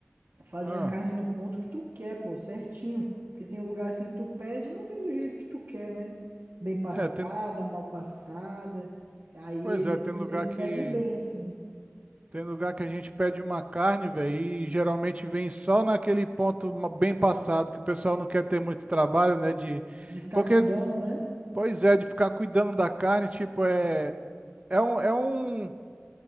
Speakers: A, on the right; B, on the right.
A: fazem
B: Ah,
A: a carne no ponto que tu quer, pô, certinho. Porque tem lugar assim que tu pede e não vem do jeito que tu quer, né? Bem passada,
B: é, tem...
A: mal passada. Aí
B: Pois
A: eles,
B: é, tem
A: eles,
B: lugar
A: eles
B: que...
A: seguem bem, assim.
B: Tem lugar que a gente pede uma carne, velho, e geralmente vem só naquele ponto ma- bem passado, que o pessoal não quer ter muito trabalho, né, de...
A: De ficar
B: Porque...
A: cuidando, né?
B: Pois é, de ficar cuidando da carne, tipo, é, é um, é um,